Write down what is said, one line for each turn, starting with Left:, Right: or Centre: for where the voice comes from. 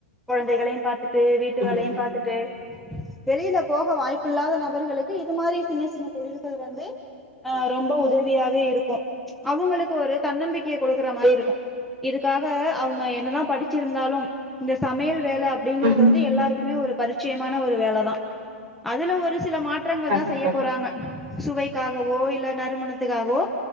Centre: கொழந்தைகளையு பாத்துட் டு வீட்டு வேலயு
Right: ம்
Centre: பாத்துட்டு வெளியில போக வாய்ப்பு இல்லாத நபர்களுக்கு இதுமாரி சின்ன சின்ன தொழில்கள் வந்து அ ரொம்ப உதவியாக இருக்கு அவுங்களுக்கு ஒரு தன்னம்பிக்கைய கொடுக்குற மாரி இருக்கு இதுக்காக அவுங்க என்னதா படிச்சிருந்தாலு இந்த சமையல் வேல அப்டிங்கறது
Right: ம்
Centre: வந்து எல்லாருக்குமே ஒரு பரிச்சியமான ஒரு வேல தா அதுல ஒரு சில மாற்றங்கள்
Right: கண்டிப்பாக
Centre: தா செய்ய போறாங்க சுவைக்காகவோ இல்ல நறுமணத்துக்காகவோ